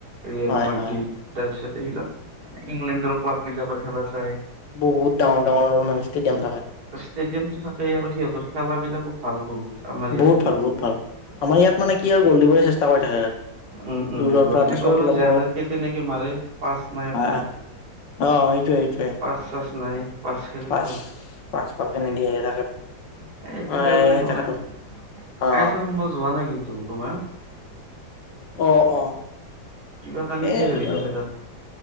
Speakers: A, on the right; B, on the left.
A: ৰিয়েল
B: হয়
A: মাটি
B: হয়
A: তাৰপিছত এইবিলাক ইংলেণ্ডৰ ক্লাব বিলাকৰ খেলা চায়।
B: বহুত ডাঙৰ ডাঙৰৰ মানে ষ্টেডিয়াম থাকে।
A: ষ্টেডিয়ামটো থাকেই আৰু সিহঁতৰ খেলা বিলাকো ভাল বহুত আমাৰ ইয়াত-
B: বহুত ভাল বহুত ভাল আমাৰ ইয়াত মানে কি আৰু গ'ল দিবলৈ চেষ্টা কৰি থাকে। আৰু
A: উম উম
B: দূৰৰ
A: গ'লি
B: পৰা এটা শ্বট
A: বাৰু
B: ল'ব
A: যেনেকে তেনেকে মাৰে পাছ নাই
B: হয়
A: একো।
B: অ সেইটোৱে সেইটোৱে।
A: পাচ চাছ নাই। পাচেল
B: পাঁচ
A: থকা মানুহ
B: পাঁচ ভালকে নিদিয়ে তাকেতো
A: এইটো
B: এ
A: কাৰণে নাই হোৱা।
B: তাকেতো অ
A: তাৰউচৰলে মই যোৱা নাই কিন্তু তোমাৰ।
B: অ অ
A: কিবা
B: ঠিকে
A: কাৰণে কেলে হৈ
B: বাৰু
A: পেটত -